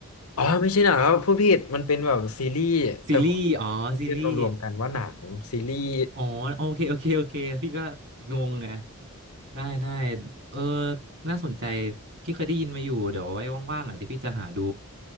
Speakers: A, on the left (about 80°); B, on the right (about 55°).
A: อ๋อไม่ใช่หนังครับพูดผิดมันเป็นแบบซีรีส์แต่ผ
B: ซีรีส์อ๋อซีรีส์
A: มเรียกรวมๆกันว่าหนังซีรีส์
B: อ๋อโอเคโอเคโอเคพี่ก็งงไง ได้ได้เออน่าสนใจพี่เคยได้ยินมาอยู่เดี๋ยวไว้ว่างๆอ่ะเดี๋ยวพี่จะหาดู